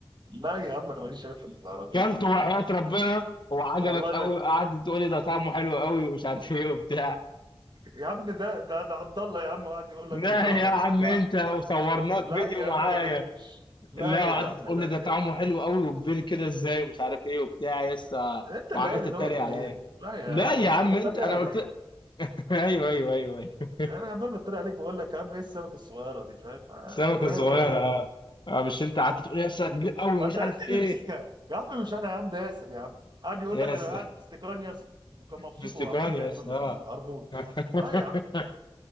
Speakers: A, on the right; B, on the left.
A: لا يا عم انا ماليش شايف العربيه
B: كلته وحياة ربنا وعجبك
A: والله
B: قوي
A: ما
B: قعدت تقول لي ده طعمه حلو قوي ومش عارف ايه وبتاع
A: يا عم ده ده انا عبد الله يا عم قاعد يقول
B: لا
A: لك بيكهرب
B: يا عم
A: وبتاع
B: انت وصورناك
A: لا
B: فيديو
A: يا
B: معايا
A: عم انا ماليش لا
B: لا
A: يا
B: وقعدت
A: عم
B: تقول
A: لا
B: لي ده طعمه حلو قوي وكبير كده ازاي ومش عارف ايه وبتاع يسا
A: انت
B: وعملت
A: اللي قايل ان
B: تتريق
A: هو كبير
B: عليا
A: لا يا
B: لا
A: عم
B: يا
A: انا
B: عم
A: كنت بتريق
B: انت انا
A: عليك
B: قلت <laughs> ايوه ايوه ايوه ايوه
A: انا عمال بتريق عليك بقول لك يا عم ايه السمكه الصغيره دي فاهم آه،
B: السمكه
A: كانت
B: الصغيره
A: عره قوي
B: اه اه، مش انت قعدت تقول يا اسطى كبير قوي
A: ما
B: ومش
A: انت
B: عارف
A: عرفت تمسكها
B: ايه
A: يا عم مش انا يا عم ده ياسر يا عم قاعد يقول
B: يس
A: لك انا قاعد
B: <laughs>
A: باستيكان ياسر وكان مبسوط
B: باستيكان
A: وهو عمال بياكل
B: يس اه
A: القرموط
B: <laughs>
A: اه يا عم